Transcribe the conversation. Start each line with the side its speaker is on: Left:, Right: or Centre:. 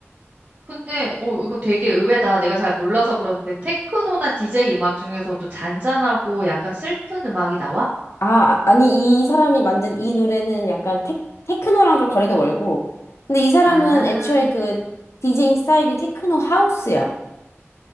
Right: 근데 어 이거 되게 의외다. 내가 잘 몰라서 그러는데 테크노나 DJ 음악 중에서도 잔잔하고 약간 슬픈 음악이 나와?
Left: 아, 아니 이 사람이 만든 이 노래는 약간 테, 테크노랑 좀 거리가 멀고 근데 이 사람은
Right: 아,
Left: 애초에 그 디제잉 스타일이 테크노 하우스야.